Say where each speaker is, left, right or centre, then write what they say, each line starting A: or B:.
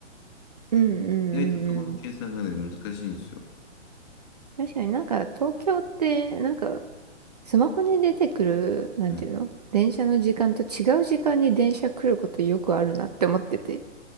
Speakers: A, on the right (about 35°); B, on the left (about 20°).
A: うん、うん、
B: 意外とそこの計算がね、
A: うん、うん。
B: 難しいんですよ。
A: 確かになんか東京って、なんかスマホに出てくる、なんていうの電車の時間と違う時間に電車来ることよくあるなって思ってて。
B: はい。